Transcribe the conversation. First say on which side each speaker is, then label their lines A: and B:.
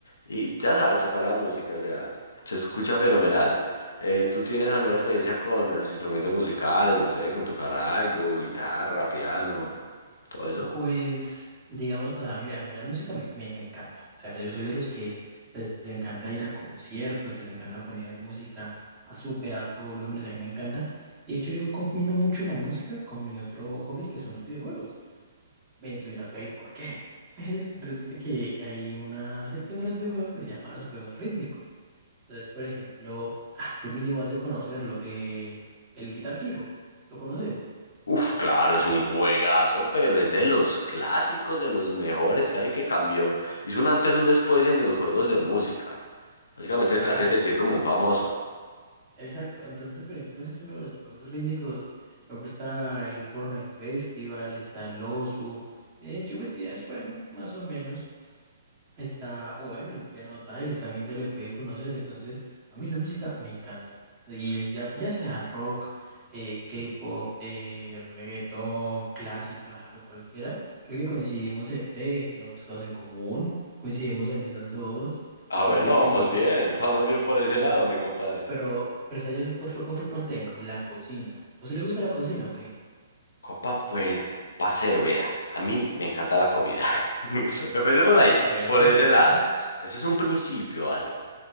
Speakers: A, on the left; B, on the right.
A: Y ya sabes, tocar la música, o sea, se escucha fenomenal. Eh, ¿tú tienes alguna experiencia con los instrumentos musicales, no sé, con tocar algo, guitarra, piano, todo eso?
B: Pues, digamos, o sea, a mí, a mí la música me, me, me encanta. O sea, yo soy de los que les encanta ir a conciertos, les encanta poner música a súper alto volumen, o sea, a mí me encanta. Y de hecho yo combino mucho la música con mi otro hobby, que son los videojuegos. Ve, y tú dirás, ve, ¿por qué? Pues resulta que hay una sección de los videojuegos que se llama los juegos rítmicos. Entonces, por ejemplo, ah, tú mínimo has de conocerlo, eh, el Guitar Hero, ¿lo conoces?
A: Uf, claro, es un juegazo, pero es de los clásicos, de los mejores que hay que cambió. Hizo un antes, un después en los juegos de música. Básicamente
B: Total,
A: te hace sentir como un famoso.
B: exacto. Entonces, por ejemplo, ese es uno de los juegos rítmicos. Por ejemplo, está el Fortnite Festival, está el Osu. Eh, Geometry Dash, bueno, más o menos. Está, o bueno, el piano tiles también se le puede conocer, entonces a mí la música me encanta. Y ya, ya sea rock, eh, K-pop, eh, reggaetón, clásica, o sea, cualquiera, creo que coincidimos en, eh, tenemos muchas cosas en común, coincidimos en esas dos,
A: Ah,
B: entonces
A: bueno, vamos
B: sí,
A: bien,
B: eh, eh,
A: <laughs> vamos bien
B: sí,
A: por
B: sí.
A: ese lado, mi compadre.
B: Pero, pero está yo otro, otro cual tengo, la cocina. ¿A usted le gusta la cocina o qué?
A: Copa, pues, parcero, vea, a mí me encanta la comida. <laughs> Empecemos ahí,
B: Ok,
A: por ese
B: sí, claro.
A: lado. Ese es un principio básico.